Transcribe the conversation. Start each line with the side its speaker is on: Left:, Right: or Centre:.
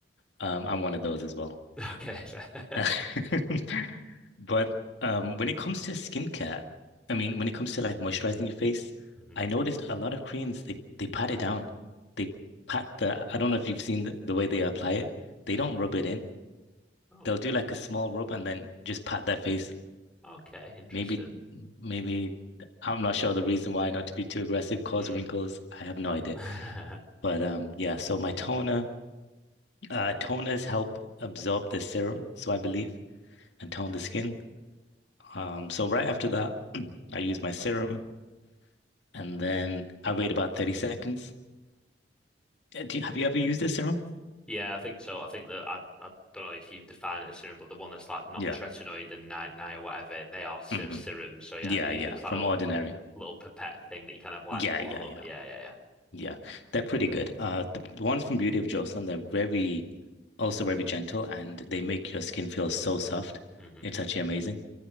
Left: Um, I'm one of those as well.
Centre: Okay, fair.
Left: <laughs>
Centre: <laughs>
Left: But um, when it comes to skincare, I mean, when it comes to like moisturizing your face,
Centre: Mhm.
Left: I noticed a lot of Koreans they they pat it down. They pat the, I don't know if you've seen the, the way they apply it. They don't rub it in.
Centre: Oh,
Left: They'll do like a small rub and then just pat their face.
Centre: okay, interesting.
Left: Maybe, maybe I'm not sure the reason why not to be too aggressive cause
Centre: Hmm.
Left: wrinkles. I have no idea.
Centre: <laughs>
Left: But um, yeah. So my toner, uh, toners help absorb the serum, so I
Centre: Mhm.
Left: believe, and tone the skin. Um, so right after that, <clears throat> I use my serum, and then I wait about 30 seconds. Uh, Do you, have you ever used this serum?
Centre: Yeah, I think so. I think that I, I don't know if you define it as serum, but the one that's like not
Left: Yeah.
Centre: tretinoid and ni or whatever, they are ser
Left: hmm
Centre: serums. So yeah,
Left: Yeah,
Centre: they use
Left: yeah.
Centre: it. It's
Left: From
Centre: like a little
Left: Ordinary.
Centre: little pipette thing that you kind of like
Left: Yeah,
Centre: put
Left: yeah,
Centre: a little
Left: yeah.
Centre: bit. Yeah, yeah,
Left: Yeah, they're pretty good. Uh, the b- ones from Beauty of Joseon, they're very, also very gentle, and they make your skin feel so soft.
Centre: yeah. hmm
Left: It's actually amazing.